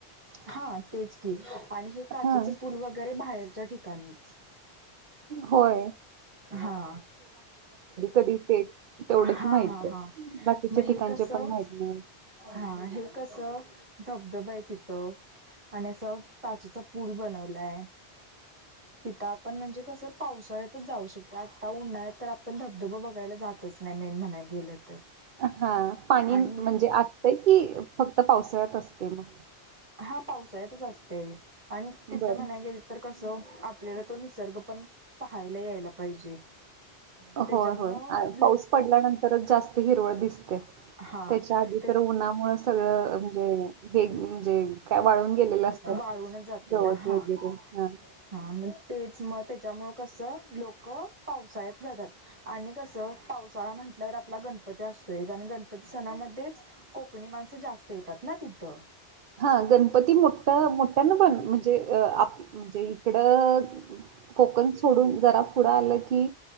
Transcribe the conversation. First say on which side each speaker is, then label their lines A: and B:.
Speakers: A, on the right; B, on the right.
A: हा तेच की आणि हे काचेच
B: हां.
A: पूल वगैरे बाहेरच्या ठिकाणीच.
B: होय.
A: हा.
B: कधी ते? तेवढंच
A: हा
B: माहिती
A: हा
B: आहे.
A: हा
B: बाकीच्या
A: म
B: ठिकाणचे
A: हे कसं
B: पण माहीत नाही.
A: हा हे कस धबधबा आहे तिथं. आणि असं काचेचा पूल बनवलाय. तिथं आपण म्हणजे कसं पावसाळ्यातच जाऊ शकते आत्ता उन्हाळत तर आपण धबधबा बघायला जात च नाही मेन म्हणाय गेलं तर.
B: हा पाणी
A: आणि
B: म्हणजे असतंय कि फक्त पावसाळ्यात असते मग?
A: हा पावसाळेतच असतय आणि
B: बरं.
A: तिथं म्हणाय गेल तर कसं आपल्याला तो निसर्ग पण पाहायला यायला पाहिजे. त्याच्यामुळं
B: होय होय पाऊस
A: लोक
B: पडल्यानंतरच जास्त हिरवळ दिसते.
A: हा
B: त्याच्या आधी
A: ते
B: तर उन्हामु सगळं म्हणजे हे म्हणजे काय वाळून गेलेलं असतात
A: वाळूनच जाते
B: गवथ
A: ना हा
B: वगैरे हा.
A: हा म तेच म त्याच्यामुळं कसं लोक पावसाळ्यात जातात आणि कसं पावसाळा म्हंटल्यावर आपला गणप पती असतोय आणि गणपती सणामध्येच कोकणी माणसं जास्त येतात ना तिथं.
B: हा गणपती मोठ्या मोठ्या न पण म्हणजे आप म्हणजे इकडं कोकण सोडून जरा पुुढं आलं की